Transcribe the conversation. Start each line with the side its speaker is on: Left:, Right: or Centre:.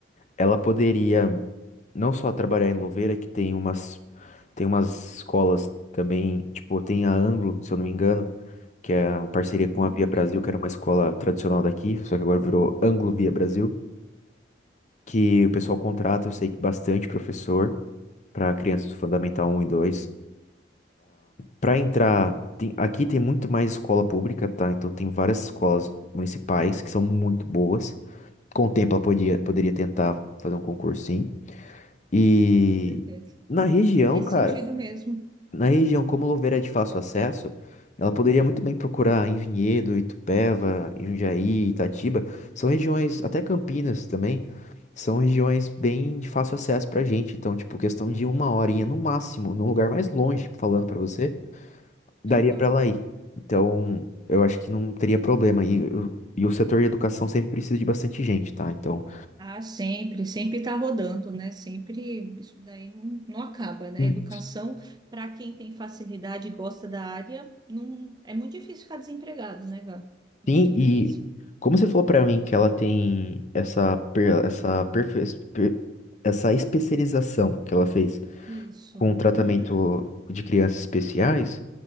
Left: Ela poderia não só trabalhar em Louveira, que tem umas, tem umas escolas também, tipo, tem a Anglo, se eu não me engano, que é uma parceria
Right: Hum,
Left: com a Via
Right: Legal.
Left: Brasil, que era uma escola tradicional daqui, só que agora virou Anglo Via Brasil, que o pessoal contrata, eu sei que bastante professor para crianças do Fundamental um e 2 para entrar, tem- aqui tem muito mais escola pública, tá? Então tem várias escolas municipais que são muito boas. Com o tempo ela podia, poderia tentar fazer um concursinho. E
Right: certeza.
Left: na região,
Right: É nesse
Left: cara,
Right: sentido mesmo.
Left: na região, como Louveira é de fácil acesso, ela poderia muito bem procurar em Vinhedo, Itupeva, Jundiaí, Itatiba. São regiões, até Campinas também, são regiões bem de fácil acesso pra gente. Então, tipo, questão de uma horinha no máximo, num lugar mais longe, falando pra você, daria
Right: Aham.
Left: pra ela ir. Então, eu acho que não teria problema. E, o- e o setor de educação sempre precisa de bastante gente, tá? Então,
Right: Ah, sempre, sempre está rodando, né? Sempre isso daí não, não acaba, né?
Left: Sim.
Right: Educação, para quem tem facilidade e gosta da área, não, é muito difícil ficar desempregado, né, Gá? Muito
Left: Sim,
Right: difícil.
Left: e como você falou pra mim que ela tem essa, per- essa, perfe- per- essa especialização que ela fez
Right: Isso.
Left: com o tratamento
Right: Uhum.
Left: de crianças especiais,